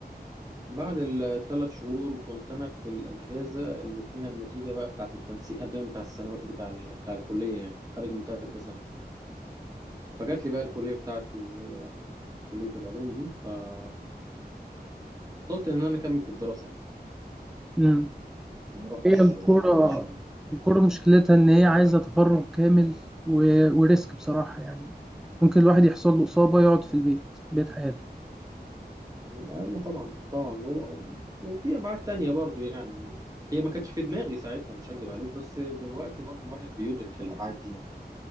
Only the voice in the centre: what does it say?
امم
هي الكورة
الكورة مشكلتها ان هي عايزة تفرغ كامل و... وريسك بصراحة يعني ممكن الواحد يحصل له إصابة يقعد في البيت بيت حياته